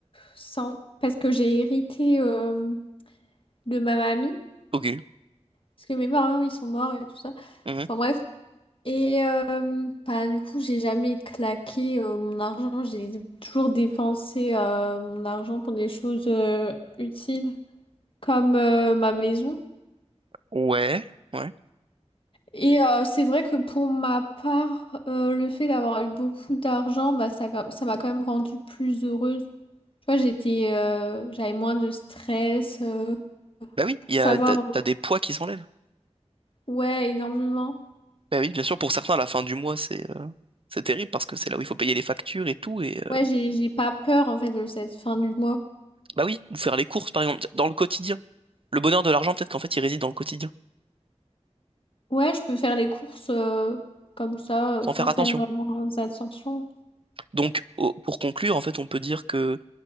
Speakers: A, on the left (about 50°); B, on the right (about 50°).
A: cent... Parce que j'ai hérité euh, de ma mamie.
B: ok.
A: Parce que mes parents, ils sont morts et tout ça.
B: Mhm.
A: Enfin bref. Et euh, bah, du coup, j'ai jamais claqué euh, mon argent. J'ai toujours dépensé euh, mon argent pour des choses euh, utiles, comme euh, ma maison.
B: Ouais, ouais.
A: Et euh, c'est vrai que pour ma part, euh, le fait d'avoir eu beaucoup d'argent, bah, ça, ça m'a quand même rendue plus heureuse. Tu vois, j'étais, euh, j'avais moins de stress euh,
B: Bah oui,
A: pour
B: il
A: savoir,
B: y a, t'as,
A: euh,
B: t'as des poids qui s'enlèvent.
A: ouais, énormément.
B: Bah oui, bien sûr, pour certains, à la fin du mois, c'est euh, c'est terrible, parce que c'est là où il faut payer les factures et tout. Et, euh,
A: Ouais, j'ai, j'ai pas peur en fait de cette fin du mois.
B: Bah oui, ou faire les courses, par exemple, dans le quotidien. Le bonheur de l'argent, peut-être qu'en fait, il réside dans le quotidien,
A: Ouais, je peux faire les courses euh, comme ça, euh,
B: sans
A: sans
B: faire attention.
A: faire vraiment euh, attention.
B: Donc, au- pour conclure, en fait, on peut dire que,